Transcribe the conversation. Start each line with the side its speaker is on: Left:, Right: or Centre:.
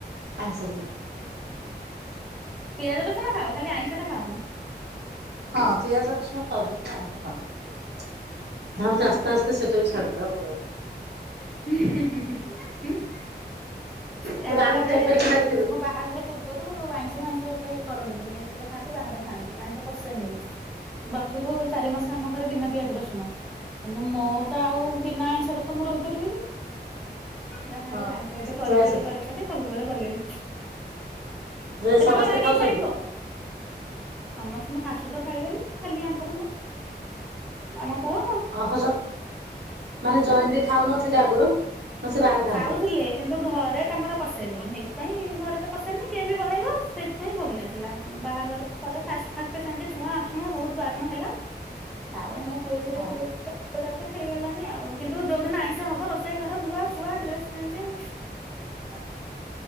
Right: ଆଇଁସ ଦିନେ।
Centre: ପିଆଜ ରସୁଣ ଖାଉ ଖାଲି ଆଇଁଷଟ ଖାାଉନି।
Right: ହଁ ପିଆଜ ରଶୁଣ ଖାଉଛୁ କିନ୍ତୁ ଆଇଁସ ଖାଉନୁ। ଭାବୁ
Centre: ଉଁ
Right: ଆସ୍ତେ ଆସ୍ତେ ସେଟା ବି ଛାଡିଦବୁ ହଁ ଭଲ।
Centre: <inaudible>
Right: ତୁ
Centre: ୟାଙ୍କ
Right: ଗାଁକୁ
Centre: ଘରେ
Right: କେବେଠୁ ଯାଇଥିଲୁ?
Centre: ମୋ ବାହାଘର ପୂର୍ବରୁ ଆଇଁସ ଆଇଁସ ହେତେ କରନ୍ତିନି ଇ ଯେତେଳେ ଖାଆନ୍ତି ବାହାରେ ଖାଆନ୍ତି ଆଇଁଷ ପଶେଇନବି ବର୍ଷକୁ ଚାରି ମାସ ଆମ ଘରେ ବିନା ପିଆଜ ରସୁଣ କିନ୍ତୁ ମୋତ ଆଉ ବିନା ଆଇଁଷରେ ତ ମୁଁ ରହିପାରିବିନି। ଯାହା
Right: ହଁ
Centre: ହେଲା ଆଇସ ଏବେ କରି
Right: ତୁ ଆଇଁଷ
Centre: କରି। ସବୁବେଳେ କଲେଣି।
Right: ଯେ
Centre: ଏ
Right: ସମସ୍ତେ
Centre: ବାବା ଗାଦି
Right: ଖାଉଛନ୍ତି?
Centre: ସାଇଟ୍ ହୁଅ ସମସ୍ତଙ୍କ ଶାଶୁ ତ ଖାଇବେନି ଖାଲି ଆଙ୍କର ମୋର। ଆମ। ପୁଅ
Right: ଓହ ମାନେ ଜୋଇଁ ଖାଉନଥିଲେ ଆଗରୁ ନ ସେ ବାହାର ଖାଆନ୍ତି।
Centre: ଖାଉଥିଲେ କିନ୍ତୁ ଘରେ ତାଙ୍କର ପଶେନି ସେଇଥିପାଇଁ ଘରେ ତ ପସେନି କିଏ ବି ବନେଇବ ସେଇଥିପାଇଁ ହଉନଥିଲା ବାହାଘର ପରେ ଫାଷ୍ଟ ଫାଷ୍ଟ ସେମିତି ଛୁଆଁ ଅଛୁଆଁ ବହୁତ ବାରଣ ହେଲା ତାପରେ ମୁଁ। ପୁରୀ ପୁରୀ
Right: ହଁ
Centre: <inaudible> ହେଇଗଲାଣି ଆଉ କିନ୍ତୁ ଦୋ ଦିନ ଆଇଁଷା ହବ ରୋଷେଇ ଘର ଧୁଆ ଫୁଆ ଡ୍ରେସ ପ ଆଛା।